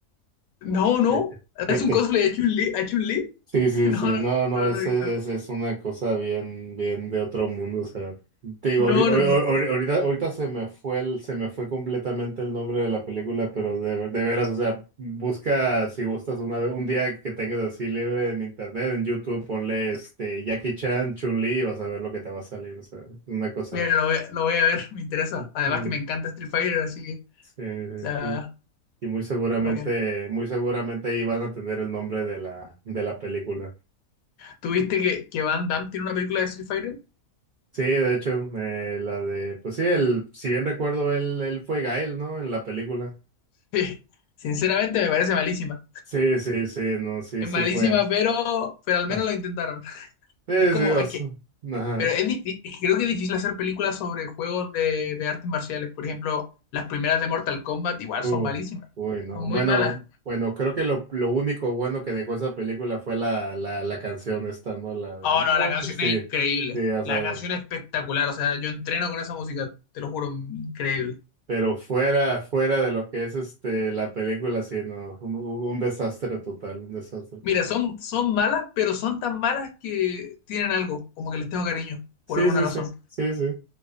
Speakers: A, on the left (about 80°); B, on the right (about 65°).
A: No, no.
B: Fíjate. Fíjate.
A: Es un cosplay de Chun-Li. ¿A Chun-Li?
B: Sí, sí,
A: <laughs>
B: sí, no, no,
A: No,
B: ese,
A: no, no, no, he visto
B: ese es una cosa bien, bien de otro mundo, o sea, te digo,
A: no,
B: ahori- ahor-
A: no, no,
B: ahor-
A: no.
B: ahorita, ahorita se me fue el, se me fue completamente el nombre de la película, pero de, de veras, o sea, busca si gustas una vez, un día que tengas así libre en internet, en YouTube, ponle este Jackie Chan, Chun-Li, y vas a ver lo que te va a salir, o sea, es una cosa.
A: Mira, lo voy, a, lo voy a ver, me interesa.
B: Y,
A: Además
B: y,
A: que me encanta Street Fighter, así que
B: eh,
A: la,
B: y- y muy seguramente,
A: lo voy a ver.
B: muy seguramente ahí van a tener el nombre de la, de la película.
A: ¿Tú viste que, que Van Damme tiene una película de Street Fighter? <laughs>
B: Sí, de hecho, eh, la de, pues sí, el, si bien recuerdo, él, él fue Gael, ¿no? En la película.
A: Sí. Sinceramente me parece malísima.
B: Sí, sí, sí, no, sí,
A: Es
B: sí
A: malísima,
B: fue.
A: pero, pero al
B: Ah,
A: menos lo intentaron. <laughs>
B: sí,
A: Es como,
B: sí, o
A: es
B: sea,
A: que,
B: ajá.
A: pero es difí- es que creo que es difícil hacer películas sobre juegos de, de artes marciales. Por ejemplo, las primeras de Mortal Kombat igual
B: Uh,
A: son malísimas.
B: uy, no.
A: Son
B: Bueno,
A: muy malas.
B: bueno, creo que lo, lo único bueno que dejó esa película fue la, la, la canción esta, ¿no? La de,
A: Oh,
B: no,
A: no, la canción
B: sí,
A: es increíble.
B: sí, o
A: La
B: sea,
A: canción es espectacular. O sea, yo entreno con esa música, te lo juro, increíble.
B: pero fuera, fuera de lo que es este, la película, sí, no, un, un un desastre total, un desastre total.
A: Mira, son, son malas, pero son tan malas que tienen algo, como que les tengo cariño,
B: Sí,
A: por alguna
B: sí,
A: razón.
B: sí, sí, sí,